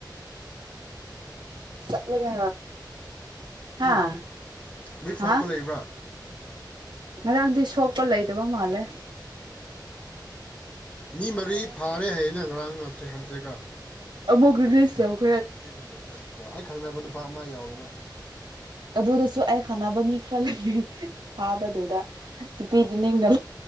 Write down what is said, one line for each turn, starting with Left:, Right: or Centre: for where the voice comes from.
Right: ꯆꯠꯂꯒ ꯍꯥꯥ
Left: ꯎꯝ ꯃꯤ ꯁꯣꯛꯄ
Right: ꯍꯥ
Left: ꯂꯩꯕ꯭ꯔꯥ
Right: ꯉꯔꯥꯡꯗꯤ ꯁꯣꯛꯄ ꯂꯩꯇꯕ ꯃꯥꯜꯂꯦ
Left: ꯃꯤ ꯃꯔꯤ ꯐꯥꯔꯦ ꯍꯥꯏꯅ ꯉꯔꯥꯡ ꯉꯥꯛꯁ ꯍꯥꯝꯖꯒ꯭ꯔ
Right: ꯑꯃꯃꯨꯛ ꯔꯔꯤꯂꯤꯁ ꯊ
Left: ꯐꯤꯁ ꯍꯗꯔ ꯆꯦ ꯈꯪꯅꯕ ꯅꯨꯄꯥ ꯑꯃ ꯌꯥꯎꯔꯒ
Right: ꯑꯗꯨꯗꯁꯨ ꯑꯩ ꯈꯪꯅꯕ ꯃꯤ ꯈꯔ ꯂꯩ ꯐꯥꯕꯗꯨꯗ ꯇꯤꯄꯤꯗꯤ ꯅꯤꯡꯅ